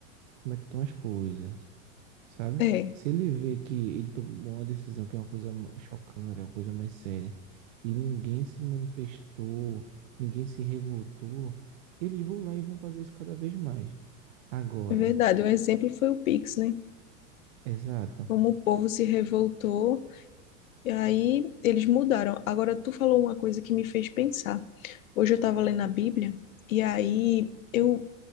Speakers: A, on the right (about 65°); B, on the left (about 85°).
A: como é que estão as coisas sabe?
B: É,
A: Se ele vê que ele tomou uma decisão que é uma coisa chocante, é uma coisa mais séria, e ninguém se manifestou, ninguém se revoltou, eles vão lá e vão fazer isso cada vez mais. Agora,
B: é verdade. Um exemplo foi o Pix, né?
A: exato.
B: Como o povo se revoltou. E aí eles mudaram. Agora tu falou uma coisa que me fez pensar. Hoje eu estava lendo a Bíblia e aí eu